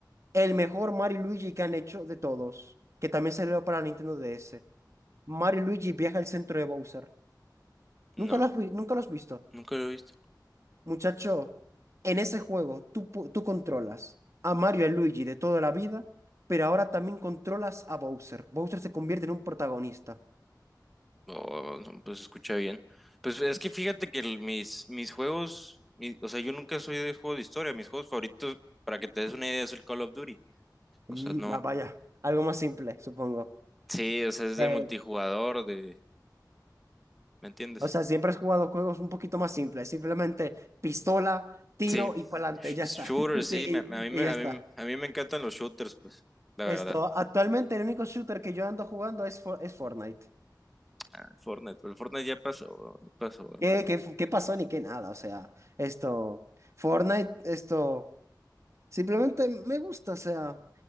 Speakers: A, on the right; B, in the centre.
A: el mejor Mario y Luigi que han hecho de todos, que también salió para Nintendo DS. Mario y Luigi viaja al centro de Bowser.
B: No,
A: ¿Nunca lo has, vi- nunca lo has visto?
B: nunca lo he visto.
A: Muchacho, en ese juego tú, pu- tú controlas a Mario y a Luigi de toda la vida, pero ahora también controlas a Bowser. Bowser se convierte en un protagonista.
B: Oh, no, pues se escucha bien. Pues es que fíjate que el- mis, mis juegos, mi- o sea, yo nunca soy de juego de historia. Mis juegos favoritos, para que te des una idea, es el Call of Duty. O
A: Mm,
B: sea, no.
A: ah, vaya, algo más simple, supongo.
B: Sí, o sea, es
A: Eh,
B: de multijugador, de... ¿Me entiendes?
A: o sea, siempre has jugado juegos un poquito más simples, simplemente pistola, tiro
B: Sí,
A: y pa'lante,
B: sh-
A: ya
B: shooters,
A: está. <laughs>
B: sí,
A: Y,
B: me- me- a mí,
A: y-
B: me-
A: y ya
B: a
A: está.
B: mí, a mí me encantan los shooters, pues, la
A: Esto,
B: verdad.
A: actualmente el único shooter que yo ando jugando es, For- es Fortnite.
B: El Fortnite, el Fortnite ya pasó, pasó, hermano.
A: ¿Qué, qué, qué pasó ni qué nada? O sea, esto, Fortnite, esto. Simplemente me gusta, o sea,